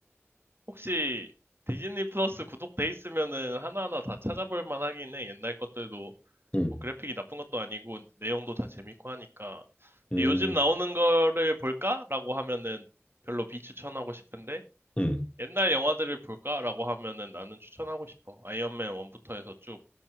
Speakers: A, on the right; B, on the left.
A: 혹시 디즈니 플러스 구독돼 있으면은 하나하나 다 찾아볼 만하긴 해. 옛날 것들도
B: 음,
A: 뭐 그래픽이 나쁜 것도 아니고 내용도 다 재밌고 하니까.
B: 음,
A: 근데 요즘 나오는 거를 볼까라고 하면은 별로 비추천하고 싶은데
B: 음,
A: 옛날 영화들을 볼까라고 하면은 나는 추천하고 싶어. 아이언맨 1부터 해서 쭉